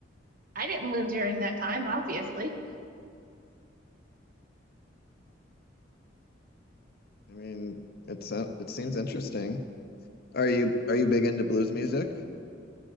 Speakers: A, on the right (about 50°); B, on the left (about 55°).
A: I didn't live during that time, obviously.
B: I mean, it's it sounds- it seems interesting. Are you are you big into blues music?